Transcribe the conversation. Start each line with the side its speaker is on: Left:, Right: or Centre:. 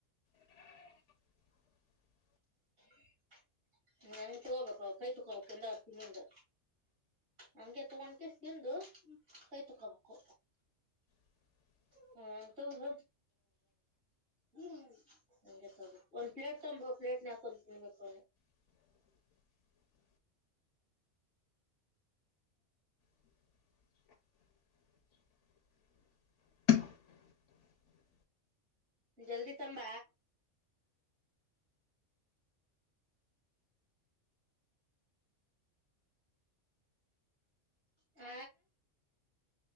Left: <inaudible>
Right: <inaudible> ನಂ ತಗೋಬೇಕು ಕೈ ತಕೋಬೇಕು ಎಂದ ಅರ್ತನಿಂದ ನಮಗೆ ತಗೊಂಡ್ ಕಸ ತಿಂದು ಕೈ ತಕೊಬೇಕು
Left: <inaudible>
Right: ಹ್ಮ ತಗ ಹ ಬಿಗೆ ತಗು ಒಂದ್ ಪ್ಲೇಟ್ ತಬೇಕ ಪಪ್ಲೇಟ್ ನ ಹಾಕೊತೀನ್ ಬಬೇಕು
Left: <inaudible> <inaudible>
Right: ಜಲ್ದಿ ತಂಬ ಹ